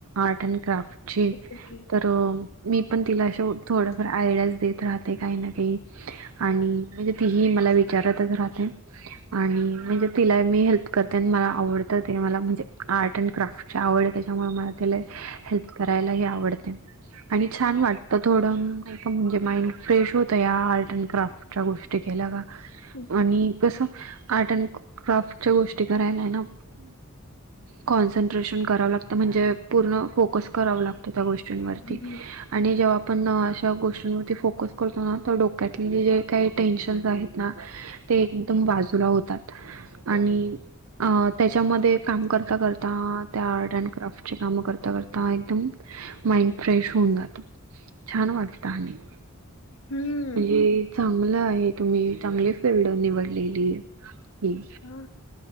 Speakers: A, on the right; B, on the left.
A: आर्ट अँड क्राफ्टची,
B: ओके
A: तर मी पण तिला असे थोडंफार आयडियाज देत राहते काही ना काही. आणि म्हणजे तीही मला विचारतच राहते. आणि म्हणजे तिला मी हेल्प करते आणि मला आवडत ते मला म्हणजे आर्ट अँड क्राफ्ट ची आवड आहे त्याच्यामुळ मला तिला हेल्प करायलाही आवडते, आणि छान वाटत थोडं म्हणजे माइंड फ्रेश होतं या आर्ट अँड क्राफ्टच्या गोष्टी केल्या का. आणि
B: ओके
A: कसं आर्ट अँड क्राफ्टच्या गोष्टी करायला आहे ना कॉन्सन्ट्रेशन करावं लागतं म्हणजे पूर्ण फोकस करावं लागतं त्या गोष्टी वरती
B: हम्म
A: आणि जेव्हा पण अशा गोष्टींवरती फोकस करतो ना तर डोक्यातले जे काही टेन्शनस आहेत ना ते एकदम बाजूला होतात आणि. अ त्याच्यामध्ये काम करता करता त्या आर्ट अँड क्राफ्टचे काम करता करता एकदम. माइंड फ्रेश होऊन जातो छान वाटत आणि.
B: हम्म,
A: हे चांगलं आहे तुम्ही चांगली फिल्ड निवडलेली ही,
B: हा,